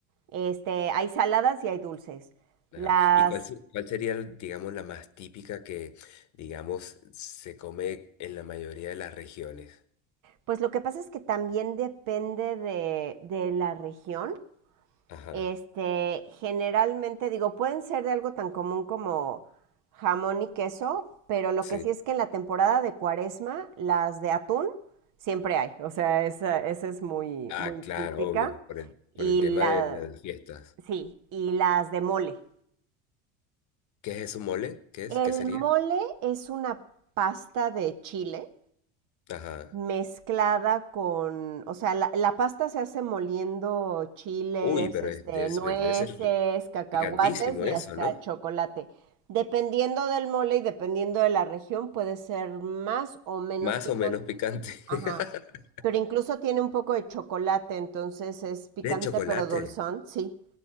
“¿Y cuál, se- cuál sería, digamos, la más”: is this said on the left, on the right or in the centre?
Left